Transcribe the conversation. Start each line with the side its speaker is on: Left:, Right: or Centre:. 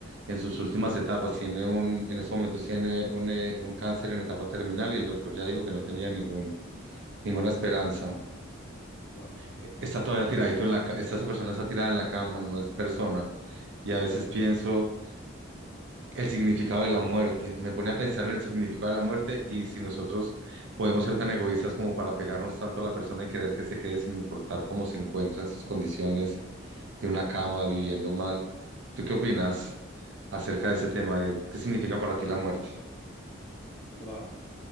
Right: en sus últimas etapas, tiene un, en estos momentos tiene un, eh, un cáncer en etapa terminal y el doctor ya dijo que no tenía ningún, ninguna
Left: Wow,
Right: esperanza.
Left: wow,
Right: Eh, Está todavía tiradito en la, ca- esta esa persona está tirada en la cama, no es persona. Y a veces pienso... El significado de la muerte. Me pone a pensar en el significado de la muerte y si nosotros podemos ser tan egoístas como para pegarnos tanto a la persona y querer que se quede sin importar cómo se encuentra en sus condiciones de una cama, viviendo mal. ¿Tú qué opinas acerca de ese tema? de ¿Qué significa para ti la muerte?
Left: wow.